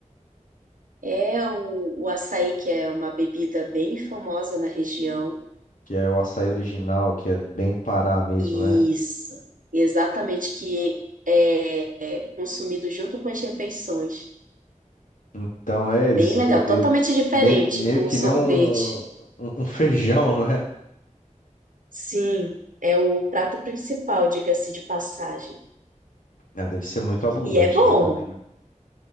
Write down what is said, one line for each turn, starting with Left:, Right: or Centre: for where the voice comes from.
Right: É o, o açaí, que é uma bebida bem famosa na região.
Left: que é o açaí original, que é bem do Pará mesmo,
Right: Isso,
Left: né?
Right: exatamente, que é, é consumido junto com as refeições.
Left: Então, é, eles,
Right: Bem legal,
Left: e- e-
Right: totalmente diferente
Left: me- meio
Right: do
Left: que
Right: sorvete.
Left: nem um, um um feijão, né?
Right: Sim, é o prato principal, diga-se de passagem.
Left: Ah, deve ser muito abundante
Right: E é bom,
Left: lá também, né?